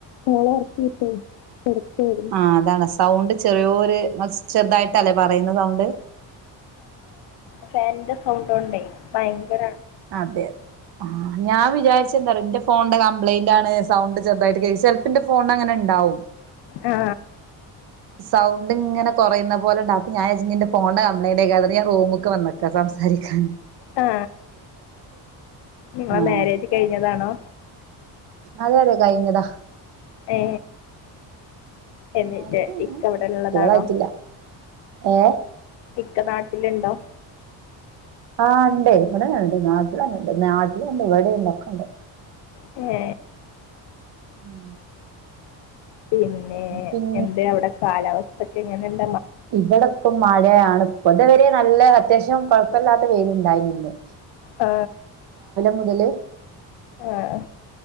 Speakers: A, on the left (about 70°); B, on the right (about 65°).
A: മോളെ ഒറക്കിയിട്ടേ കൊടക്കായിരുന്നു
B: ആഹ് അതാണ് സൗണ്ട് ചെറിയോര് ങ്ങള് ചെറുതായിട്ടല്ലേ പറയുന്നത് സൗണ്ട്
A: ഫാൻന്റെ സൗണ്ട ഉണ്ടേ ഭയങ്കര
B: അതെ ആ ഞാൻ വിചാരിച്ച എന്താറ എന്റെ ഫോണിന്റെ കംപ്ലൈന്റ്ണ് സൗണ്ട് ചെറതായിട്ട്െ <unintelligible> ൽപ്പിന്റെ ഫോൺ അങ്ങനെ ഉണ്ടാവും
A: ആ
B: സൗണ്ട്ങ്ങനെ കൊറയുന്ന പോലെണ്ട് അപ്പൊ ഞാൻ വിജിരിച്ച് ന്റെ ഫോൺന്റെ കംപ്ലയിന്റയിക്കാരം ന്നിട്ട് ഞാൻ റൂമക്ക് വന്ന്ക്കാ സംസാരി രിക്കാന്
A: ആ നിങ്ങളെ
B: ആഹ്
A: മാരേജ് കഴിഞ്ഞതാണോ
B: അതെ അതെ കൈഞ്ഞതാ
A: ഏ എന്നിട്ട്
B: മാരേജ് കഴിഞ്ഞ്ണ്
A: ഇക്കവിടെള്ളതാണോ
B: കുട്ടികളായിട്ടില്ല ഏ
A: ഇക്കനാട്ടിലുണ്ടോ
B: ആ ണ്ടേയ് ഇവിടെന്നണ്ട് നാട്ടിലന്നെണ്ട് നാട്ടിലുണ്ട് ഇവടീണ്ട് ഒക്കെണ്ട്
A: ഏ
B: ഉം
A: പിന്നെ
B: പിൻ
A: എന്തേ അവിടെ കാലാവസ്ഥൊക്കെ എങ്ങനെണ്ട്
B: ഇവിടെ ഇപ്പം മഴയാണ് ഇപ്പതുവരേ നല്ല അത്യാവശ്യം കൊഴപ്പല്ലാത്ത വെയിലുണ്ടായിനിന്ന്
A: ആ
B: മുതല്
A: ആ ആ